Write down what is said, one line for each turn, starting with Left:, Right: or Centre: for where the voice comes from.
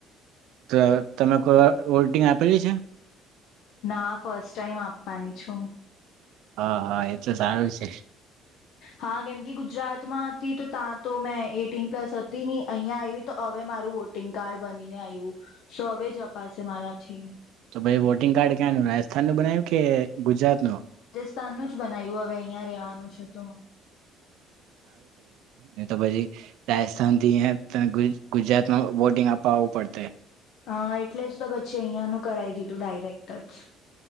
Right: તો તમે કો વોટિંગ આપેલી છે?
Left: ના, ફર્સ્ટ ટાઈમ આપવાની છું.
Right: હા, હા એ તો સારું છે.
Left: હા કેમ કે ગુજરાતમાં હતી તો ત્યાં તો મેં એટીન પ્લસ હતી નહીં, અહિયાં આવી તો હવે મારું વોટિંગ કાર્ડ બનીને આયવું, સો હવે જ અપાશે મારાથી.
Right: પહી વોટિંગ કાર્ડ ક્યાનું રાજસ્થાન નું બનાયવું કે ગુજરાત નું?
Left: સ્થાન નું જ બનાયવું હવે અહિયાં રહેવાનું છે તો.
Right: નહિં તો પછી રાજસ્થાન થી અહ ત <unintelligible> ગુજરાતમાં વોટિંગ આપવા આવું પડતે.
Left: હા એટલે જ તો પછી અહિયાનું કરાઈ દીધું ડાયરેક્ટ જ.